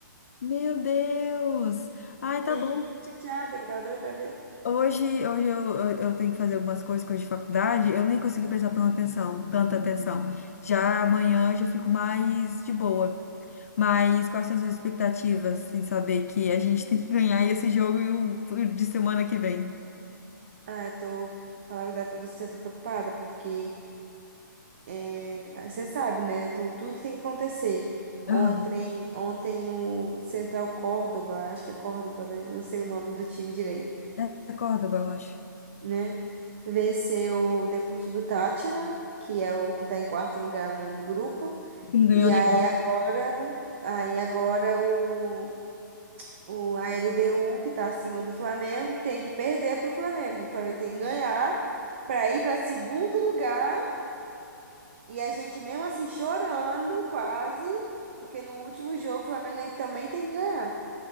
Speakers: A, on the left; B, on the right.
A: Meu Deus! Ai,
B: Fiquei
A: tá bom.
B: muito chateada, que tava doida pra ver.
A: Hoje, hoje eu, eu eu tenho que fazer algumas coisas, coisas de faculdade, eu nem consegui prestar tanta atenção, tanta atenção. Já amanhã eu já fico mais de boa. Mas quais são as suas expectativas, sem saber que a gente tem que ganhar esse jogo e o o de semana que vem?
B: Ah, eu tô, falar a verdade pra você, eu tô preocupada, porque é, você sabe, né? tu- tudo que tem que acontecer.
A: Aham.
B: Ontem, ontem o Central Córdoba, acho que é Córdoba, né? Não sei o nome do time direito,
A: É é Córdoba, eu acho.
B: né? Venceu o Deportivo Táchira, que é o que tá em quarto lugar na- no, grupo.
A: Que Não ganhou
B: E
A: nenhum.
B: aí agora, aí agora o, o, a LDU, que tá acima do Flamengo, tem que perder pro Flamengo. O Flamengo tem que ganhar para ir para segundo lugar E a gente, mesmo assim, chorando quase, porque no último jogo o Flamengo também tem que ganhar.